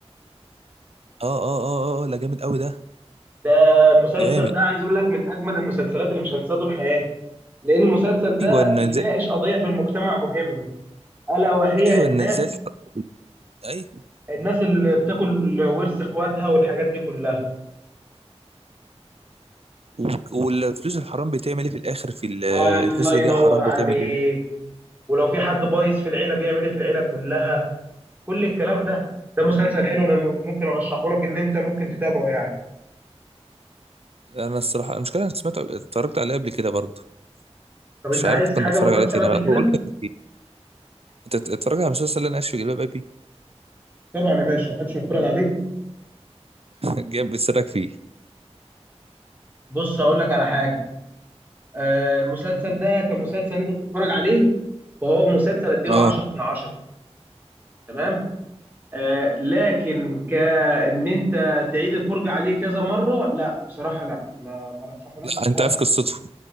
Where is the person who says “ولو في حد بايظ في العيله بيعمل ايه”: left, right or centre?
Right